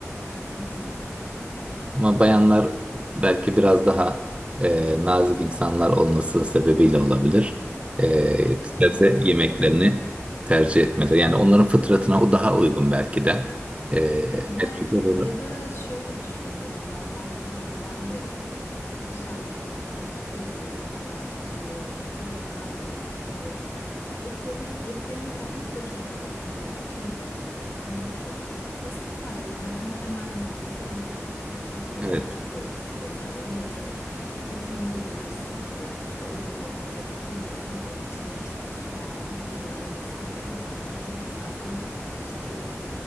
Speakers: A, on the left; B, on the right.
A: <laughs> bu konuda.
B: Ama bayanlar belki biraz daha e, nazik insanlar olması sebebiyle olabilir. E,
A: Belki
B: sebze
A: de
B: yemeklerini
A: bilmiyorum.
B: tercih etmeleri. Yani onların fıtratına o daha uygun belki de. E,
A: Belki
B: erkekler olarak.
A: de ya da şöyle düşünüyorum bazen mesela ben de hani dışarıda yemek kolay geliyor, daha rahat geliyor, et yemek daha pratik geliyor. Ya et yemek, et yemeği yapmak da çok daha kolay. Çünkü m, çok basit yani zaten temel maddesi elinde. Hani kıyma,
B: Evet.
A: et vesaire neyse. Eti mühürlersin iki dakikada olur yani ya da kıymayı kavur içine işte soğan, biber vesaire at. Çok güzel bir işte